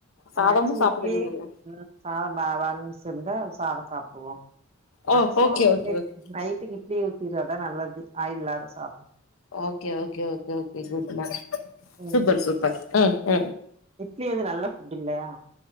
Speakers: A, on the left; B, on the right.
A: சாதமு
B: மேக்சிமம்
A: சாப்டுவீங்கல்ல
B: இட்லி ம் சாதம் <unintelligible> இருந்தா சாதம் சாப்டுவோம் மேக்சிமம்
A: ஓ ஓகே ஓகே ஓகே
B: நைட்டுக்கு இட்லி ஊத்திறதுதான் நல்லது ஆயில் இல்லாத சா
A: okay okay okay okay super
B: ம்
A: சூப்பர் சூப்பர் ம் ம்
B: இட்லி வந்து நல்ல ஃபுட் இல்லயா